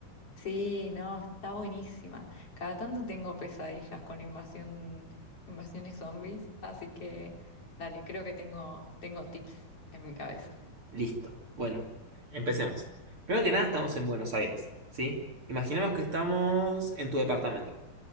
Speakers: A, on the left; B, on the right.
A: Sí, no, está buenísima. Cada tanto tengo pesadillas con invasión, invasiones zombies, así que dale, creo que tengo, tengo tips en mi cabeza.
B: Listo. Bueno, empecemos. Primero que nada, estamos en Buenos Aires, ¿sí? Imaginemos que estamos en tu departamento,